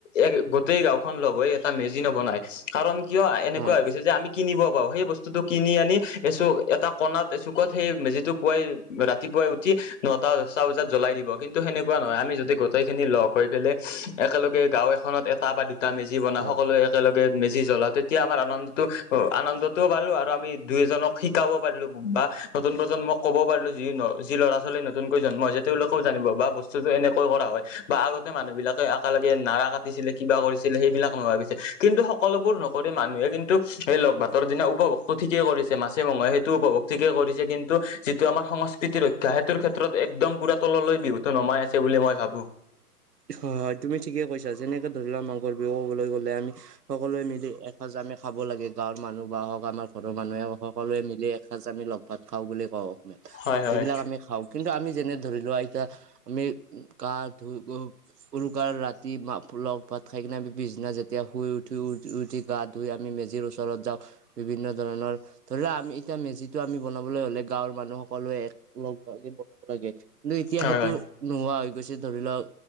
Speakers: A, on the left; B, on the right.
A: এক গোটেই গাঁওখন লগ হৈ এটা মেজি নবনায় কাৰণ কিয় এনেকুৱা
B: হয়
A: হৈ গৈছে যে আমি কিনিব পাওঁ সেই বস্তুটো কিনি আনি এচু এটা কণাত এচুকত সেই মেজিটো পোৱাই ৰাতিপুৱাই উঠি নটা, দচটা বজাত জ্বলাই দিব কিন্তু সেনেকুৱা নহয় আমি যদি গোটেই খিনি লগ হৈ ফেলে একেলগে গাঁও এখনত এটা বা দুটা মেজি বনাওঁ
B: হয়
A: সকলোৱে একেলগে মেজি জ্বলাওঁ তেতিয়া আমাৰ আনন্দ টো আনন্দতও পালো আৰু আমি দুই, এজনক শিকাব পাৰিলোঁ বা নতুন প্ৰজন্মক ক'ব পাৰিলো যি -যি ল'ৰা -ছোৱালী নতুনকৈ জন্ম হৈছে তেওঁলোকেও জানিব বা বস্তুটো এনেকৈ কৰা হয় বা আগতে মানুহ বিলাকে আকালগে নাৰা কাটিছিলে কিবা কৰিছিলে সেইবিলাক নোহোৱা গৈছে কিন্তু সক সকলোবোৰ নকৰি মানুহে কিন্তু সেই লগ ভাতৰ দিনা উপভোগটো ঠিকেই কৰিছে মাছে- মঙহে সেইটো উপভোগ ঠিকেই কৰিছে কিন্তু যিটো আমাৰ সংস্কৃতিৰ ৰক্ষা সেইটোৰ ক্ষেত্ৰত একদম পুৰা তললৈ বিহুটো নমাই আছে বুলি মই ভাবো।
B: হয় -হয় তুমি ঠিকে কৈছা যেনেকে ধৰি লোৱা মাংগৰ বিহু ক'বলৈ গ'লে আমি সকলোৱে মিলি এসাঁজ আমি খাব লাগে। গাঁৱৰ মানুহ বা হওক আমাৰ ঘৰৰ মানুহে সকলোৱে মিলি এসাঁজ আমি লগ ভাত খাওঁ বুলি কওঁ।
A: হয় হয়
B: সেইবিলাক আমি খাওঁ কিন্তু আমি যেনে ধৰি লোৱা আতয়া আমি গা ধুই উৰুকাৰ ৰাতি লগ ভাত খাই কিনে আমি পিছদিনা যেতিয়া শুই উঠি উঠো উঠি গা ধুই আমি মেজিৰ ওচৰত যাওঁ বিভিন্ন ধৰণৰ ধৰি লও আমি এতিয়া মেজিতটো আমি বনাবলৈ হলে গাঁৱৰ মানুহ সকলে একে বনাব লাগে। কিন্তু এতিয়া
A: হয়
B: সেইটো
A: হয়
B: নোহোৱা হৈ গৈছে ধৰি লওক